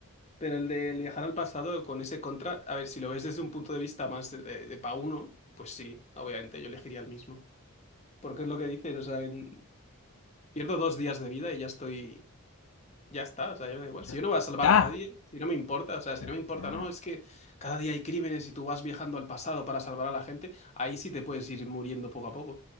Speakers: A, on the left (about 30°); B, on the left (about 65°).
A: Pero el de viajar al pasado con ese contra, a ver, si lo ves desde un punto de vista más de, de, de pa' uno, pues sí, obviamente yo elegiría el mismo. Porque es lo que dices, o sea, en- pierdo dos días de vida y ya estoy, ya está, o sea, ya me da igual.
B: Ya
A: Si yo no voy a salvar
B: está.
A: a nadie, si no me importa, o sea, si
B: Ya
A: no
B: está.
A: me importa, no, es que cada día hay crímenes y tú vas viajando al pasado para salvar a la gente, ahí sí te puedes ir muriendo poco a poco.